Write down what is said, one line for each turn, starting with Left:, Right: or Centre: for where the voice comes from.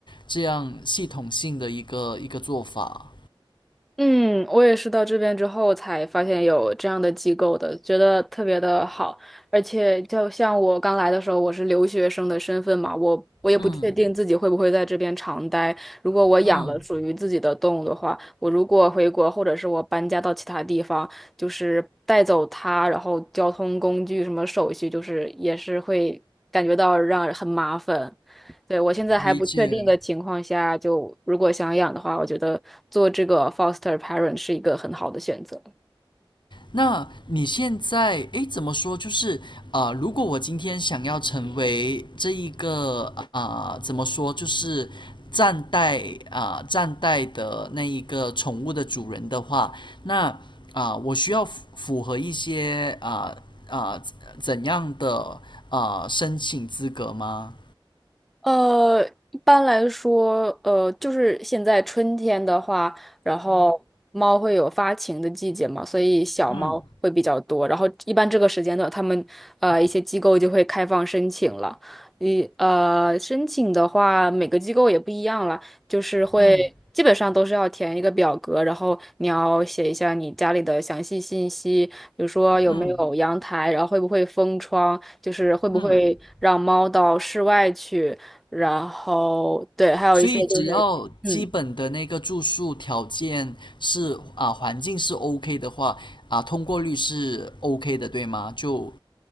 Left: 这样系统性的一个一个做法。
Centre: 嗯，我也是到这边之后才发现有这样的机构的，觉得特别的好。而且就像我刚来的时候，我是留学生的身份嘛，我我也不确定自己会不会在这边常待。
Left: 嗯
Centre: 如果我养了属于自己的动物的话，
Left: 嗯，
Centre: 我如果回国或者是我搬家到其他地方，就是带走它，然后交通工具什么手续，就是也是会感觉到让人很麻烦。对，我现在还不确定的情况下，
Left: 理解，
Centre: 就如果想养的话，我觉得做这个 foster parent 是一个很好的选择。
Left: 那你现在诶，怎么说？就是啊、呃如果我今天想要成为这一个啊、呃怎么说？就是站代啊、呃站代的那一个宠物的主人的话，那啊、呃我需要符合一些啊啊、呃呃怎样的啊、呃申请资格吗？
Centre: 呃，一般来说，呃，就是现在春天的话，然后猫会有发情的季节嘛，所以小猫会比较多。
Left: 嗯
Centre: 然后一般这个时间段，他们呃一些机构就会开放申请了。你呃，申请的话，每个机构也不一样了，就是会基本上都是要填一个表格，
Left: 嗯
Centre: 然后你要写一下你家里的详细信息，比如说有没有阳台，
Left: 嗯
Centre: 然后会不会封窗，就是会不会让猫到室外去，
Left: 嗯嗯。嗯嗯
Centre: 然后对，还有一些就是，
Left: 所以只要基本的那个住宿条件是啊环境是
Centre: 嗯，
Left: OK 的话啊，通过率是 OK 的，对吗？就